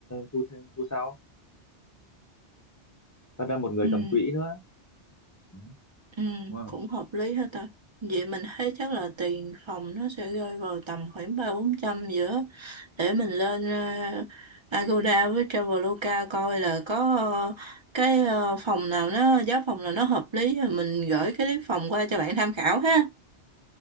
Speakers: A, on the left; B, on the right.
A: thu thêm thu sau. Cho ra một người
B: Ừ.
A: cầm quỹ nữa. Ừ,
B: Ừ,
A: đúng
B: cũng hợp lý hết ta. Vậy mình thấy chắc là tiền phòng nó sẽ rơi vào tầm khoảng ba bốn trăm giữa để mình lên ờ, Agoda với Traveloka coi là có ờ, cái ờ, phòng nào nó giá phòng nào nó hợp lý rồi mình gửi cái clip phòng qua cho bạn tham khảo ha.